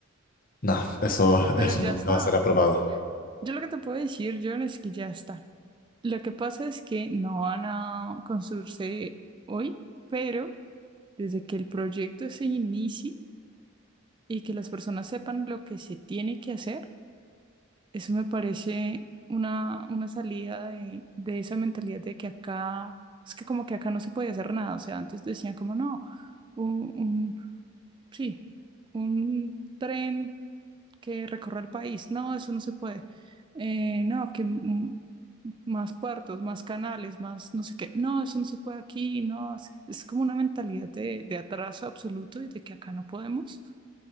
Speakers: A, on the left; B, on the right.
A: no, eso,
B: Pero
A: eso
B: ya
A: nunca
B: están.
A: será aprobado.
B: Yo lo que te puedo decir, John, es que ya están. Lo que pasa es que no van a construirse hoy, pero desde que el proyecto se inicie y que las personas sepan lo que se tiene que hacer, eso me parece una, una salida de, de esa mentalidad de que acá, es que como que acá no se podía hacer nada. O sea, antes decían como no, un, Sí, un tren que recorra el país. No, eso no se puede. Eh, no, que mm, más puertos, más canales, más no sé qué. No, eso no se puede aquí. No, es, es como una mentalidad de, de atraso absoluto y de que acá no podemos.